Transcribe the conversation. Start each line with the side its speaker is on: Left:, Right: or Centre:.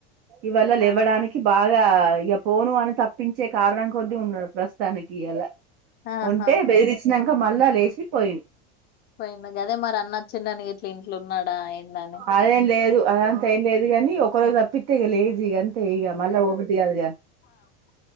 Right: ఇవాల్ళ లేవ్వడానికి
Left: ఆ
Right: బాగా ఇక పోను అని తప్పించే కారణం కొద్దీ ఉన్నాడు ప్రస్తుతానికి ఇయాల
Left: ఆహా
Right: ఉంటే బేదిరి ఇక మళ్ళ లేసి పోయిడు
Left: పోయినా కదే మరి అన్న వచ్చిందని ఇట్లా ఇంట్లో ఉన్నాడా ఏంద అని
Right: అదేం లేదు అదంతా ఏం లేదు కాని ఒక తప్పితే ఇగ లే గా అంతే ఇగా మళ్ళ ఒకటి కాదుగా